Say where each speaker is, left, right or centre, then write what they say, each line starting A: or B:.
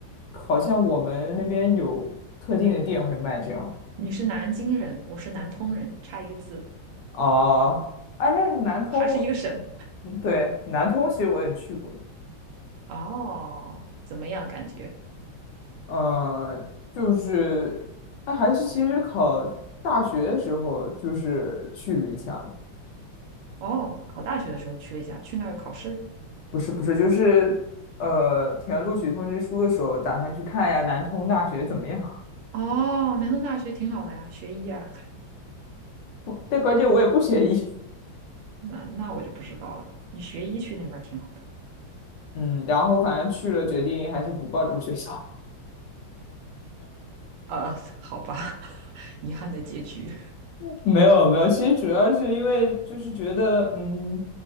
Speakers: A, on the left; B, on the right.
A: 好像我们那边有特定的店会卖这样。
B: 你是南京人，我是南通人，差一个字，
A: 哦，哎，那南通，
B: 还是一个省。
A: 嗯对，南通其实我也去过，
B: 哦，怎么样感觉？
A: 嗯、就是那还是其实考大学的时候就是去了一下的
B: 哦，考大学的时候去了一下，去那儿有考试。
A: 不是不是，就是呃填录取通知书的时候，打算去看一下南通大学怎么样。
B: 哦，南通大学挺好的呀，学医啊。
A: <laughs> 不但关键我也不学医，
B: 那那我就不知道了，你学医去那边儿挺好的。
A: 嗯，然后反正去了，决定还是不报这个学校。
B: 呃，好吧，<laughs> 遗憾的结局。
A: <laughs> 没有没有，其实主要是因为就是觉得，嗯，